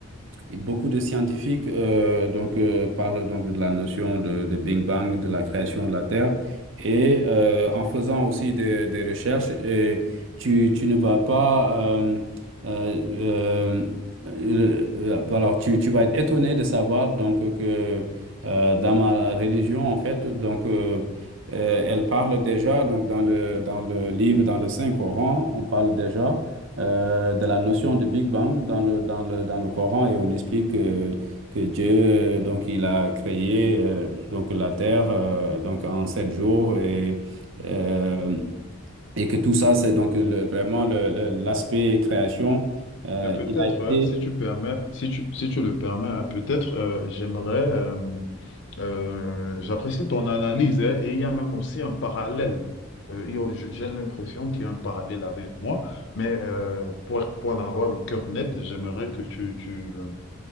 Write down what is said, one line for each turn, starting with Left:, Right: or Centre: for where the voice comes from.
Right: et Beaucoup de scientifiques euh, donc, euh, parlent donc de la notion de, de Big Bang, de la création de la Terre. Et euh, en faisant aussi des, des recherches, et tu, tu ne vas pas... euh, euh, euh, euh, euh, alors, tu, tu vas être étonné de savoir donc, que euh, dans ma religion, en fait, donc, euh, euh, elle parle déjà, donc, dans le, dans le livre, dans le Saint-Coran, on parle déjà euh, de la notion de Big Bang dans le, dans le, dans le Coran et on explique euh, que Dieu, euh, donc, il a créé euh, donc, la Terre euh, donc, en sept jours et, euh, et que tout ça, c'est donc le, vraiment le- le- l'aspect création. Euh,
Left: Mais peut-être,
Right: il a été,
Left: euh, si tu permets, si tu, si tu le permets, hein, peut-être euh, j'aimerais, euh, euh, j'apprécie ton analyse, hein, et il y a même aussi un parallèle. Euh, il y a- j'ai j'ai l'impression qu'il y a un parallèle avec moi, mais euh, pour, pour en avoir le cœur net, j'aimerais que tu, tu, euh,